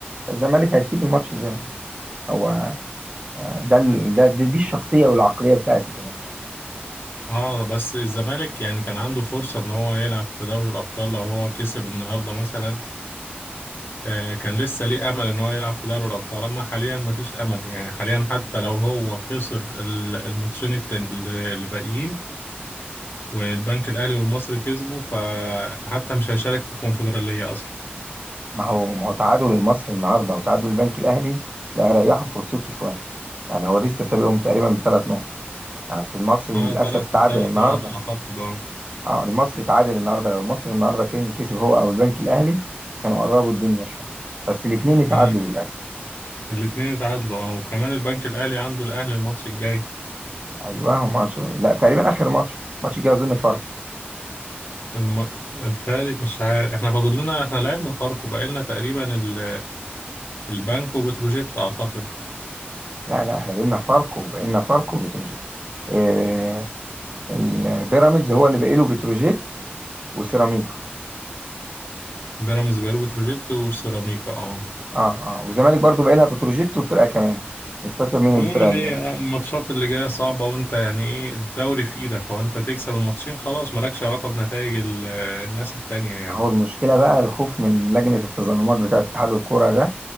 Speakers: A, on the right; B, on the left.
A: الزمالك هيسيب الماتش لبيراميدز هو آه، ده ال- ده دي, دي الشخصيه والعقليه بتاعت الزمالكاوي
B: اه بس الزمالك يعني كان عنده فرصة ان هو يلعب في دوري الابطال لو هو كسب النهاردة مثلا آه كان لسه ليه امل ان هو يلعب في دوري الابطال اما حاليا مفيش امل يعني حاليا حتى لو هو خسر ال- الماتشين التان- اللي باقيين والبنك الاهلي والمصري كسبوا فحتى مش هيشارك في الكونفدرالية اصلا
A: ما هو ما هو تعادل المصري النهارده وتعادل البنك الاهلي لا ريحوا فرصته شويه يعني هو لسه سابقهم تقريبا بثلاث نقط يعني أصل المصري
B: اه
A: للاسف
B: تلات
A: تعادل
B: تلات
A: النهارده
B: نقط اعتقد اه
A: اه المصري تعادل النهارده لو المصري النهارده كان كسب هو او البنك الاهلي كانوا قربوا الدنيا شويه بس الاثنين اتعادلوا
B: مم.
A: للاسف
B: الاتنين اتعادلوا اه وكمان البنك الاهلي عنده الاهلي الماتش الجاي
A: ايوه هو ماتش لا تقريبا اخر ماتش ماتش الجاي اظن فاركو
B: الم... بتهيألي مش عارف احنا فاضل لنا احنا لعبنا فاركو بقى لنا تقريبا ال... البنك وبتروجيت اعتقد
A: لا لا احنا بقينا فاركو بقينا فاركو وبتروجيت إيه البيراميدز هو اللي باقي له بتروجيت وسيراميكا
B: بيراميدز بيراميدز وبتروجيت وسيراميكا اه
A: اه اه والزمالك برضو بقى لها بتروجيت وفرقه كمان مش فاكر مين
B: عموما
A: الفرقه اللي
B: هي
A: بقى
B: الماتشات اللي جايه صعبه وانت يعني ايه الدوري في ايدك وانت تكسب الماتشين خلاص مالكش علاقه بنتائج ال... الناس التانية يعني
A: هو المشكله بقى الخوف من لجنه التظلمات بتاعه اتحاد الكوره ده